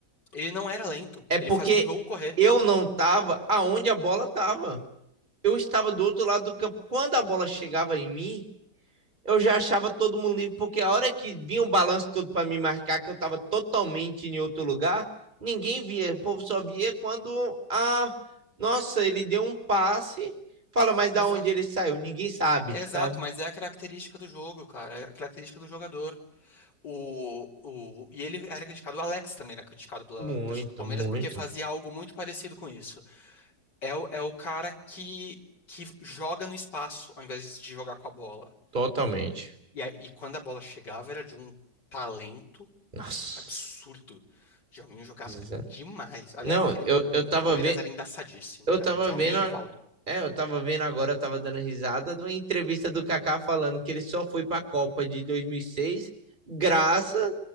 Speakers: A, on the left; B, on the right.
A: Ele não era lento.
B: É porque
A: Ele fazia o jogo correr.
B: eu não tava aonde a bola tava. Eu estava do outro lado do campo. Quando a bola chegava em mim, eu já achava todo mundo livre, porque a hora que vinha o balanço todo para me marcar, que eu estava totalmente em outro lugar, ninguém via. O povo só via quando a. Nossa, ele deu um passe. Fala, mas da
A: Exato.
B: onde ele saiu? Ninguém sabe,
A: Exato,
B: sabe?
A: mas é a característica do jogo, cara. É a característica do jogador. O, o, e ele era criticado, o Alex também era criticado pela
B: Muito,
A: torcida do Palmeiras
B: muito.
A: porque fazia algo muito parecido com isso. É o, é o cara que, que joga no espaço ao invés de jogar com a bola.
B: Totalmente.
A: E, aí- e quando a bola chegava, era de um talento
B: Nossa.
A: absurdo. Djalminho jogava
B: Exa-
A: demais. Aliás,
B: Não,
A: aquele
B: eu,
A: meio-campo
B: eu tava
A: do Palmeiras
B: vendo.
A: era embaçadíssimo.
B: Eu
A: Era
B: tava
A: Djalminho
B: vendo, a-
A: e Rivaldo.
B: é, eu tava vendo agora, eu tava dando risada de uma entrevista do Kaká falando que ele só foi pra Copa de 2006 graças